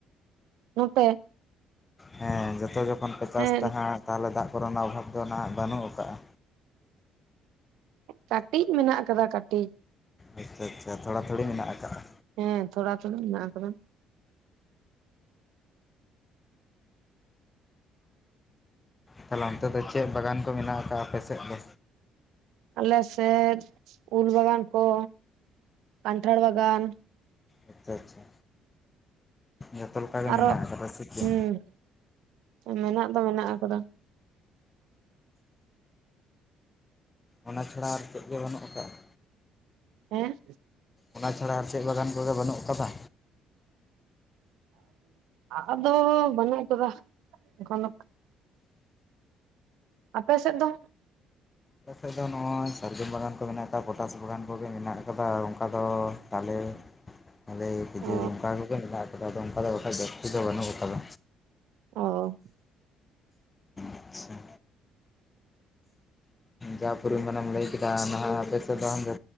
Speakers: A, on the right; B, on the left.
A: ᱱᱚᱛᱮ
B: ᱦᱮᱸ ᱡᱚᱛᱚ ᱡᱚᱠᱷᱚᱱ ᱯᱮ ᱪᱟᱥ
A: ᱦᱮᱸ
B: ᱫᱟᱦᱟᱜ ᱛᱟᱦᱚᱞᱮ ᱫᱟᱜ ᱠᱚ ᱨᱮᱱᱟᱜ ᱚᱵᱷᱟᱵᱽ ᱫᱚ ᱱᱟᱦᱟᱜ ᱵᱟᱹᱱᱩᱜ ᱟᱠᱟᱫᱼᱟ
A: ᱠᱟᱹᱴᱤᱡ ᱢᱮᱱᱟᱜ ᱟᱠᱟᱫᱟ ᱠᱟᱹᱴᱤᱡ
B: ᱟᱪᱪᱷᱟ ᱟᱪᱪᱷᱟ ᱛᱷᱚᱲᱟ ᱛᱷᱚᱲᱤ ᱢᱮᱱᱟᱜ ᱟᱠᱟᱫᱼᱟ
A: ᱦᱮᱸ ᱛᱷᱚᱲᱟ ᱛᱷᱚᱲᱤ ᱢᱮᱱᱟᱜ ᱟᱠᱟᱫᱟ
B: ᱛᱟᱦᱚᱞᱮ ᱚᱱᱛᱮ ᱫᱚ ᱪᱮᱫ ᱵᱟᱜᱟᱱ ᱠᱚ ᱢᱮᱱᱟᱜ ᱟᱠᱟᱜᱼᱟ ᱟᱯᱮ ᱥᱮᱫ ᱫᱚ
A: ᱟᱞᱮᱥᱮᱫ ᱩᱞ ᱵᱟᱜᱟᱱ ᱠᱚ ᱠᱟᱱᱴᱷᱟᱲ ᱵᱟᱜᱟᱱ
B: ᱟᱪᱪᱷᱟ ᱟᱪᱪᱷᱟ ᱡᱚᱛᱚ ᱞᱮᱟᱜᱮ
A: ᱟᱨᱚ
B: ᱢᱮᱱᱟᱜ ᱟᱠᱟᱫᱟ ᱥᱮ ᱪᱮᱫ
A: ᱦᱩᱸ ᱢᱮᱱᱟᱜ ᱫᱚ ᱢᱮᱱᱟᱜ ᱟᱠᱟᱫᱟ᱾
B: ᱚᱱᱟ ᱪᱷᱟᱲᱟ ᱟᱨ ᱪᱮᱫ ᱜᱮ ᱵᱟᱹᱱᱩᱜ ᱟᱠᱟᱫᱟ
A: ᱦᱮᱸ
B: ᱚᱱᱟ ᱪᱷᱟᱲᱟ ᱟᱨ ᱪᱮᱫ ᱵᱟᱜᱟᱱ ᱠᱚᱜᱮ ᱵᱟᱹᱱᱩᱜ ᱟᱠᱟᱫᱟ
A: ᱟᱫᱚ ᱵᱚᱱᱩᱜ ᱟᱠᱟᱫᱟ ᱟᱯᱮ ᱥᱮᱫ ᱫᱚ
B: ᱟᱞᱮ ᱥᱮᱫ ᱫᱚ ᱱᱚᱜᱼᱚᱭ ᱥᱟᱨᱡᱚᱢ ᱵᱟᱜᱟᱱ ᱠᱚ ᱢᱮᱱᱟᱜ ᱟᱠᱟᱫᱟ ᱯᱚᱴᱟᱥ ᱵᱟᱜᱟᱱ ᱠᱚᱜᱮ ᱢᱮᱱᱟᱜ ᱟᱠᱟᱫᱟ ᱚᱱᱠᱟ ᱫᱚ ᱛᱟᱞᱮ ᱛᱟᱞᱮ ᱠᱷᱤᱡᱩᱨ
A: ᱚ
B: ᱚᱱᱠᱟ ᱠᱚᱜᱮ ᱢᱮᱱᱟᱜ ᱟᱠᱟᱫᱟ ᱟᱫᱚ ᱚᱱᱠᱟ ᱫᱚ ᱵᱟᱠᱷᱟᱡ ᱡᱟᱹᱥᱛᱤ ᱫᱚ ᱵᱟᱹᱱᱩᱜ ᱟᱠᱟᱫᱟ
A: ᱚᱸ
B: ᱟᱪᱪᱷᱟ ᱡᱟ <unintelligible> ᱯᱩᱨᱤ ᱢᱟᱱᱮᱢ ᱞᱟᱹᱭ ᱠᱮᱫᱟ ᱱᱟᱦᱟᱜ ᱟᱯᱮ ᱥᱮᱫ ᱫᱚ